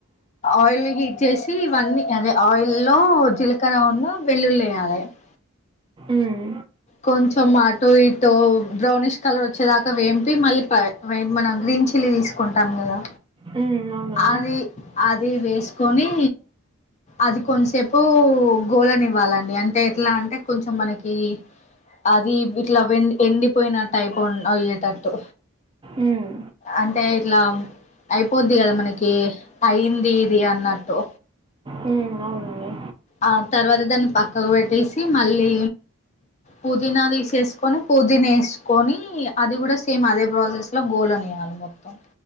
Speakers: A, on the left; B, on the right.
A: ఆయిల్ హీట్ జేసి ఇవన్నీ అదే ఆయిల్ లో జీలకర్ర ఉన్న వెల్లుల్లి యేయాలే <inaudible>
B: ఉమ్
A: కొంచెం అటు ఇటు బ్రౌనీష్ కలర్ వచ్చేదాకా వేంపి, మళ్ళీ మన గీ గ్రీన్ చిల్లీ దీసుకుంటాం గదా
B: మ్మ్, అవునండి
A: అది అ ది వేసుకొని అది కొంతసేపు గోళ నివ్వాలండి అంటే ఎట్లా అంటే కొంచెం మనకి అది ఇట్లా వెం ఎండిపోయిన టైపో అయ్యేటట్టు
B: మ్మ్.
A: అంటే ఇట్లా అయిపోద్ది గదా మనకి అయింది ఇది అన్నట్టు
B: మ్మ్, అవునండి
A: ఆ తర్వాత దాన్ని పక్కకు బెట్టేసి మళ్ళీ పుదీనా దీసేసుకొని పుదీనా యేసుకొని, అది గూడా సేమ్ అదే ప్రాసెస్ లో గోళ నీయ్ అది మొత్తం